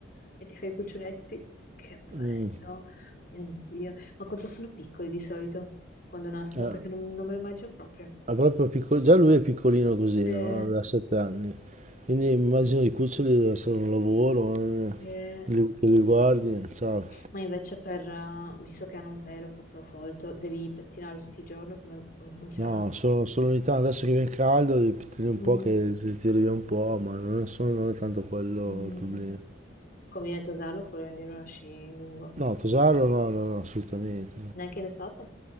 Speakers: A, on the left (about 45°); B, on the right (about 35°).
A: e ti fai i cuccioletti. Che bello,
B: Mm,
A: mio Dio. Ma quanto sono piccoli di solito quando nascono,
B: eh.
A: perché non, non me lo immagino proprio.
B: Ma proprio picco- già lui è piccolino così,
A: Eh,
B: no? Da sette anni. Quindi immagino i cuccioli deve essere un lavoro, eh,
A: eh,
B: li- che li guardi, ciao.
A: Ma invece per, eh, visto che hanno un pelo proprio folto, devi pettinarlo tutti i giorni, come, come funziona?
B: No, solo, solo ogni tanto, adesso che viene caldo, devi tenere
A: Mm,
B: un po' che si tiri via un po', ma non è, solo- non è tanto quello
A: mm,
B: il problema.
A: mm, mm. Conviene tosarlo oppure lì lo lasci lungo?
B: No, tosarlo no, no, no, assolutamente.
A: Neanche in estate?